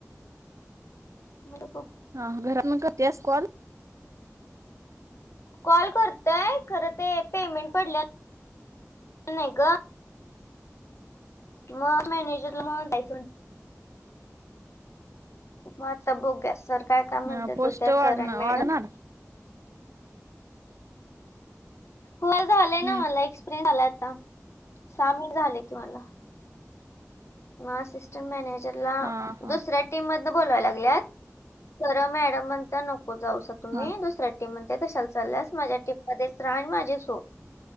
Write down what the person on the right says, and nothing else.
हा, हां. घरात मग करत्यास कॉल.
हा
पोस्ट
वाढणार
वाढणार
हम्म
हा हा
हा